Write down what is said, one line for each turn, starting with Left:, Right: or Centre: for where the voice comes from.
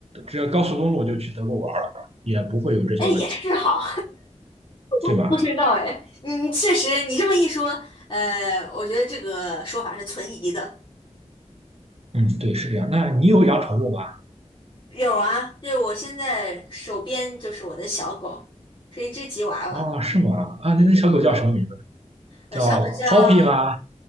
Right: 只要高速公路就去德国玩了，也不会有这些问题，
Left: 哎，也是好，<laughs>
Right: 对吧？
Left: 不知道哎，你你确实，你这么一说，呃，我觉得这个说法是存疑的。
Right: 嗯，对，是这样。那你有养宠物吗？
Left: 有啊，就是我现在手边就是我的小狗，是一只吉娃娃。
Right: 啊，是吗？啊，
Left: 嗯，
Right: 那那小狗叫什么名字？叫
Left: 我小狗叫
Right: Poppy 吗？